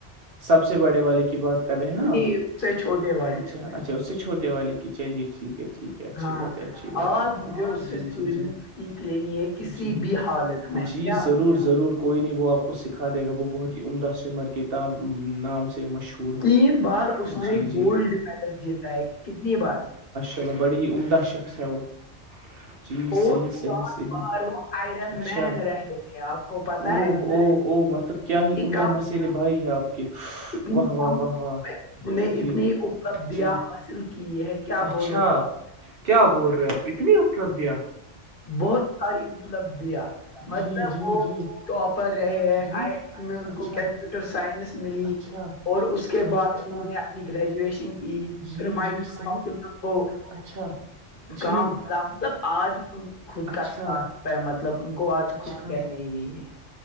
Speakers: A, on the right; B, on the left.
A: سب سے بڑے والے کی بات کر رہے ہیں نا
B: ج
A: آپ
B: سے چھوٹے والی
A: اچھا اچھا اس سے چھوے والے کی چلیے ٹھیک ہے ٹھیک ہے اچھی
B: ہاں
A: بات ہے اچھی بات
B: اور
A: ہے
B: مجھے اس سے
A: جی
B: سوئمنگ
A: جی جی
B: سیکھ لینی ہے کسی
A: جی
B: بھی حالت میں کیا
A: جی ضرور ضرور کوئی نہیں وہ آپ کو سکھا دے گا وہ بہت ہی عمدہ سوئمر کے ت نام سے مشہور ہے
B: تین بار اس نے
A: جی جی
B: گولڈ میڈل جیتا ہے کتنی بار
A: چلو بڑی ہی عمدہ شخص ہے وہ چیز
B: اور
A: صحیح صحیححح
B: چار
A: اچھا
B: بار وہ آئرن مین رہے ہیں آپ کو پتا
A: ا
B: ہے
A: ا مت کیا ہی
B: ایک
A: عمدہ
B: کام
A: مسل بھائی ہے آپ کے
B: اتنی
A: واہ
B: کام
A: واہ
B: میں
A: واہ واہ
B: انہیں
A: جی
B: اتنی اپلبدیاں
A: جی
B: حاصل کی ہے کیا
A: اچھا
B: بولوں میں اب
A: کیا بول رہے آپ اتنی اتر دیا
B: بہت ساری اپلبدیاں مطلب
A: جی جی
B: وہ
A: جی
B: ٹاپر رہے ہیں
A: جی
B: آئی آئی ٹی میں ان
A: اچھا
B: کو کمپیوٹر سائنس ملی
A: اچھا
B: اور اس کے
A: ٹھیک
B: بعد
A: ٹھیک
B: انہوں نے اپنی گریجویشن کی
A: جی
B: پھر مائکروسافٹ
A: جی صحیح
B: میں ان کو
A: اچھا جی
B: کام مطلب آج خود
A: اچھا
B: کا اسٹ ہے مطلب ان کو آج
A: اچھا
B: کچھ کہنے ہی نہیں ہے